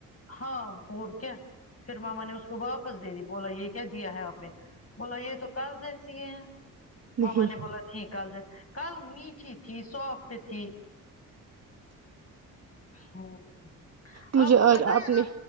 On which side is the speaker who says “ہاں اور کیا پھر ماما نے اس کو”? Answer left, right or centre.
Left